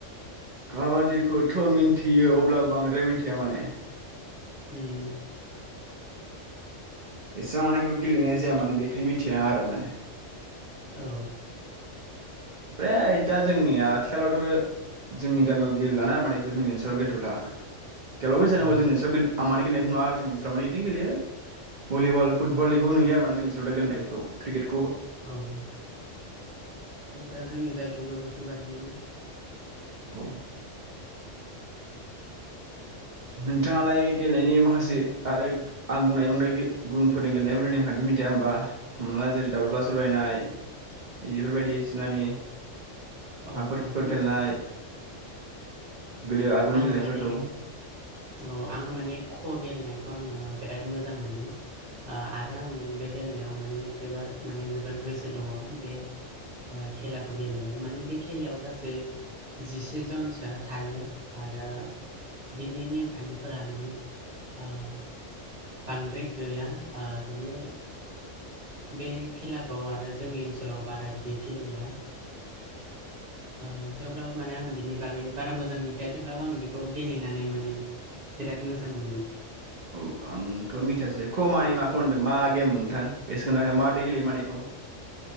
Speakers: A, on the right; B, on the right.
A: खाबादिखौथ' मिनथियो अब्लाबो बांद्राय मिनथिया माने
B: उम
A: एसां मानेइफोरखौ गेलेनाय जाया मानोे बेखायनो मिनथिया आरो माने
B: औ
A: फ्राय दा जोंनिया आथिखालावथ' जोंनि गामियाव गेलेलाना माने इखौ जोंनि ओनसोलाव गेलेथ'ला <unintelligible> <unintelligible> जोंनि
B: औ
A: ओनसोलाव माने इदिनो गेलेयो भलिबल फुटबल इखौबो नुयो आरो माने जोंनि ओनसोलाव दा गेलेनायफोरखौ क्रिकेट
B: औ उम <unintelligible> दा जोंनि जायगायावबो बेफोरबादियानो
A: औ नोंथाङालाय गेलेनायनि माखासे आरोग आं बुंनाय उंनाय गो गुबुनफोरनि गेलेनायफोरनि नेमखान्थि मिनथिया होमबा हमला जेरै दावज्ला सौरायनाय इदिफोर बायदिसिनानि
B: औ
A: हाखर खिखर
B: माने
A: गेलनाय गोदो आगुनि
B: आङो
A: गेलेनायफोरखौ
B: माने औ आङो माने ख' गेलेनायखौ आङो बेराद मोजां मोनो ओ आरो आं बे गेलेनायाव माने जोबोर माने जोबोर गोसो दङ' बे ओ खेलाखौ गेलेनो माने बे खेलायाव गासै जिसे जनसोआ थायो। आरो बिनि नेमखान्थिफोरा माने ओ बांद्राय गैया ओ माने बे खेलाखौ आरो जोंनि ओनसोलाव बारा बिदि गेलेया, ओ थेवब्लाबो माने आं बिनि बागै बारा मोजां मिनथिया थेवब्लाबो आं बेखौ गेलेनानै माने बिराद मोजां मोनो,
A: औ आंथ' मिथियासै ख माने मा खनदो मा गेम नोंथां? <unintelligible> मादि गेलेयो माने बिखौ,